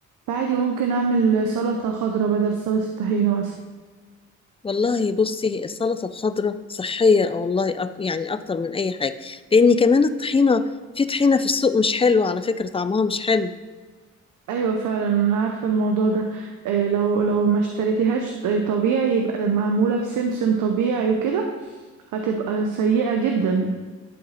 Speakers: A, on the right; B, on the left.
A: فعادي ممكن أعمل سلطة خضراء بدل سلطة الطحينة مثلا
B: والله بصي السلطة الخضراء صحية والله أك- يعني أكتر من أي حاجة لأن كمان الطحينة في طحينة في السوق مش حلوة على فكرة طعمها مش حلو
A: أيوة فعلا أنا عارفة الموضوع ده إيه لو لو ما اشتريتيهاش ط- طبيعي يبقى معمولة بسمسم طبيعي وكده هتبقى سيئة جدا